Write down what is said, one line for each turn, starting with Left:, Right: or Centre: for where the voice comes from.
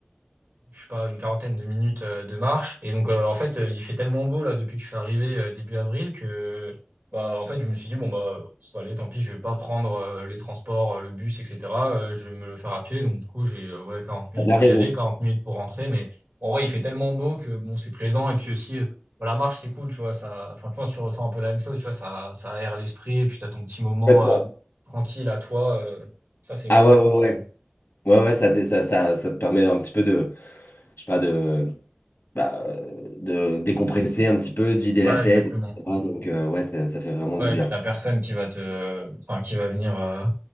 Right: je sais pas, une quarantaine de minutes euh, de marche. Et donc, euh, en fait, euh, il fait tellement beau là depuis que je suis arrivé euh, début avril que, bah, en fait, je me suis dit, bon, bah, allez, tant pis, je vais pas prendre euh, les transports, euh, le bus, etc. euh, je vais me le faire à pied. Donc, du coup, j'ai euh, ouais, 40 minutes
Left: t'as bien
Right: pour
Left: raison.
Right: y aller, 40 minutes pour rentrer. Mais en vrai, il fait tellement beau que, bon, c'est plaisant. Et puis aussi, euh, bon, la marche, c'est cool, tu vois. Ça, enfin, je pense que tu ressens un peu la même chose, tu vois. Ça, ça aère l'esprit. Et puis, tu as ton petit moment
Left: Complètement.
Right: euh, tranquille à toi. euh, ça, c'est vraiment
Left: Ah ouais,
Right: cool,
Left: ouais,
Right: je
Left: ouais.
Right: trouve.
Left: Ouais, ouais, ça, te- ça, ça, ça te permet un petit peu de, je sais pas, de bah, euh, de décompresser un petit peu, de vider
Right: Ouais,
Left: la tête,
Right: exactement.
Left: etc. Donc, euh, ouais, ça, ça fait vraiment
Right: Ouais,
Left: du bien.
Right: et puis t'as personne qui va te, enfin, qui va venir euh,